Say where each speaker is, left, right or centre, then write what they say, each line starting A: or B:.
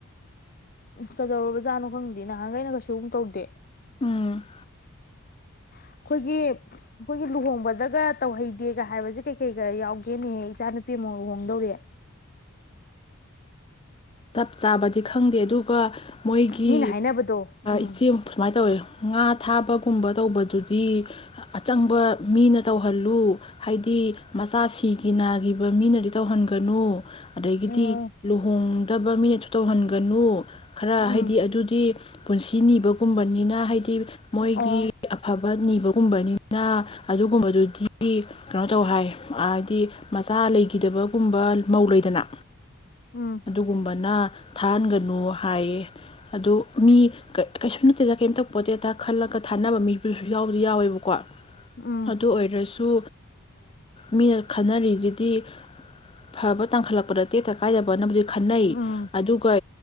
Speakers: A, on the left (about 45°); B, on the left (about 25°).
A: ꯀꯩꯗꯧꯔꯕꯖꯥꯠꯅꯣ ꯈꯪꯗꯦ ꯅꯍꯥꯟꯈꯩꯅ ꯀꯩꯁꯨꯝ ꯇꯧꯗꯦ
B: ꯎꯝ
A: ꯑꯩꯈꯣꯏꯒꯤ ꯑꯩꯈꯣꯏꯒꯤ ꯂꯨꯍꯣꯡꯕꯗꯒ ꯇꯧꯍꯩꯗꯦꯒ ꯍꯥꯏꯕꯁꯦ ꯀꯩ ꯀꯩꯒ ꯌꯥꯎꯒꯦꯅꯦꯍꯦ ꯏꯆꯥ ꯅꯨꯨꯄꯤ ꯑꯃ ꯂꯨꯍꯣꯡꯗꯧꯔꯤ
B: ꯆꯞ ꯆꯥꯕꯗꯤ ꯈꯪꯗꯦ ꯑꯗꯨꯒ ꯃꯣꯏꯒꯤ
A: ꯃꯤꯅ ꯍꯥꯏꯅꯕꯗꯣ ꯎꯝ
B: ꯏꯆꯦ ꯁꯨꯃꯥꯏꯅ ꯇꯧꯋꯦ ꯉꯥ ꯊꯥꯕ ꯨ ꯇꯧꯕꯗꯨꯗꯤ ꯑꯆꯪꯕ ꯃꯤꯅ ꯇꯧꯍꯜꯂꯨ ꯍꯥꯏꯗꯤ ꯃꯆꯥꯁꯤꯒꯤ ꯅꯥꯈꯤꯕ ꯃꯤꯅꯗꯤ ꯇꯧꯍꯟꯒꯅꯨ ꯑꯗꯒꯤꯗꯤ
A: ꯎꯝ
B: ꯂꯨꯍꯣꯡ ꯇꯕ ꯃꯤꯅꯁꯨ ꯇꯧꯍꯟꯒꯅꯨ ꯈꯔ
A: ꯎꯝ
B: ꯍꯥꯏꯗꯤ ꯑꯗꯨꯗꯤ ꯄꯨꯟꯁꯤ ꯅꯤꯕꯒꯨꯝꯕꯅꯤꯅ ꯍꯥꯏꯗꯤ ꯃꯣꯏꯒꯤ
A: ꯑꯣ
B: ꯑꯐꯕ ꯅꯤ ꯒꯨꯝꯕꯅꯤꯅ ꯑꯗꯨꯒꯨꯝꯕꯗꯨꯗꯤ ꯀꯩꯅꯣ ꯇꯧ ꯍꯥꯏ ꯍꯥꯏꯗꯤ ꯃꯆꯥ ꯂꯩꯈꯤꯗꯕꯒꯨꯝꯕ ꯃꯧ ꯂꯩꯗꯅ
A: ꯎꯝ
B: ꯑꯗꯨꯒꯨꯝꯕꯅ ꯊꯥꯍꯟꯒꯅꯨ ꯍꯥꯏꯌꯦ ꯑꯗꯣ ꯃꯤ ꯀꯩꯁꯨ ꯅꯠꯇꯦꯗ ꯀꯩꯝ ꯇꯧꯄꯣꯠꯇꯦꯗ ꯈꯜꯂꯒ ꯊꯥꯅꯕ ꯃꯤꯕꯨꯁꯨ ꯌꯥꯎꯗꯤ ꯌꯥꯎꯋꯦꯕꯀꯣ
A: ꯎꯝ
B: ꯑꯗꯨ ꯑꯣꯏꯔꯁꯨ ꯃꯤꯅ ꯈꯟꯅꯔꯤꯁꯤꯗꯤ ꯐꯕ ꯇꯥꯡꯈꯠꯂꯛꯄꯗ ꯇꯦꯛꯇ ꯀꯥꯏꯗꯕꯅꯕꯨꯗꯤ ꯈꯟꯅꯩ
A: ꯎꯝ
B: ꯑꯗꯨꯒ